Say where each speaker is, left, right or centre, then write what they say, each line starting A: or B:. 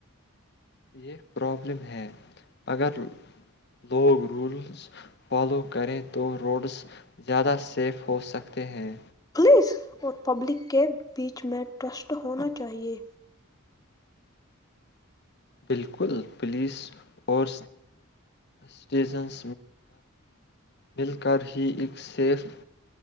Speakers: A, on the left (about 50°); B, on the left (about 15°).
A: یہ پرابلم ہے اگر لوگ رولز فالو کریں تو روڈس زیادہ سیف ہو سکتے ہیں
B: پس اور پبلک کے بیچ میں ٹرسٹ ہونا چاہیے
A: بالکل پولیس اور سٹیزنز مل کر ہی ایک سیف